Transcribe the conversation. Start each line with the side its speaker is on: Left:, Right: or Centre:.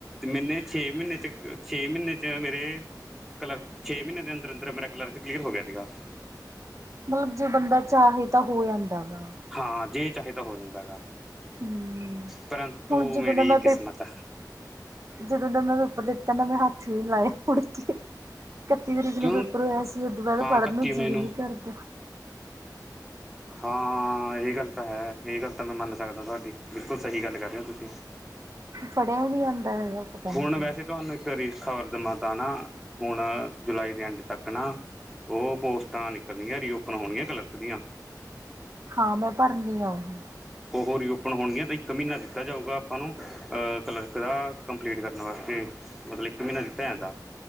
Centre: ਮੈਨੇ ਛੇ-ਮਹੀਨੇ'ਚ, ਛੇ ਮਹੀਨੇ'ਚ ਮੇਰੇ ਕਲਰਕ, ਛੇ ਮਹੀਨੇ ਦੇ ਅੰਦਰ-ਅੰਦਰ ਮੇਰਾ ਕਲਰਕ ਕਲੀਅਰ ਹੋਗਿਆ ਤੀਗਾ।
Right: ਮਤਲਬ, ਜੇ ਬੰਦਾ ਚਾਹੇ ਤਾ ਹੋ ਜਾਂਦਾ ਗਾ।
Centre: ਹਾਂ, ਜੇ ਚਾਹੇ ਤਾਂ ਹੋ ਜਾਂਦਾਗਾ,
Right: ਹਮ
Centre: ਪਰੰਤੂ
Right: ਹੁਣ ਜਦੋਂ
Centre: ਮੇਰੀ
Right: ਦਾ ਮੈਂ
Centre: ਕਿਸਮਤ
Right: ਪੇ ਜਦੋਂ ਦਾ ਮੈਂ ਪੇਪਰ ਦਿੱਤਾ ਨਾ, ''ਮੈਂ ਹੱਥ ਵੀ ਨੀ ਲਾਇਆ ਮੁੜਕੇ। ਇਕੱਤੀ ਤਰੀਕ ਨੂੰ
Centre: ਕਿਉਂ
Right: ਪੇਪਰ ਹੋਇਆ ਸੀ, ਉਦੋਂ ਬਾਅਦ
Centre: ਹਾਂ
Right: ਪੜ੍ਹਨ
Centre: ਇਕੱਤੀ
Right: ਨੂੰ ਜੀਅ
Centre: ਮਈ
Right: ਨੀ ਕਰਦਾ।
Centre: ਹਾਂ, ਇਹ ਗੱਲ ਤਾ ਹੈ। ਇਹ ਗੱਲ ਤਾਂ ਮੈਂ ਮੰਨ ਸਕਦਾ ਤੁਹਾਡੀ, ਬਿਲਕੁਲ ਸਹੀ ਗੱਲ ਕਰ ਰਹੇ ਹੋ ਤੁਸੀਂ।
Right: ਫੜਿਆ ਹੀ ਨਹੀ ਜਾਂਦਾ ਹੈਗਾ। ਪਤਾ ਨਹੀਂ
Centre: ਹੁਣ
Right: ਕਿਉਂ
Centre: ਵੈਸੇ ਤੁਹਾਨੂੰ ਇੱਕ ਰੀਸ ਖ਼ਬਰ ਦੇਵਾਂ ਤਾਂ ਨਾ, ਹੁਣ ਜੁਲਾਈ ਦੇ ਐਂਡ ਤੱਕ ਨਾ ਉਹ ਪੋਸਟਾਂ ਨਿਕਲਣਗੀਆਂ, ਰੀਓਪਨ ਹੋਣੀਆਂ ਕਲਰਕ ਦੀਆਂ।
Right: ਹਾਂ, ਮੈਂ ਭਰਨੀ ਆ ਉਹ ਵੀ।
Centre: ਉਹੋ ਰੀਓਪਨ ਹੋਣਗੀਆਂ, ਤਾਂ ਇੱਕ ਮਹੀਨਾ ਦਿੱਤਾ ਜਾਊਗਾ ਆਪਾਂ ਨੂੰ ਕਲਰਕ ਦਾ। ਕੰਪਲੀਟ ਕਰਨ ਵਾਸਤੇ, ਮਤਲਬ ਇੱਕ ਮਹੀਨਾ ਦਿੱਤਾ ਜਾਂਦਾ।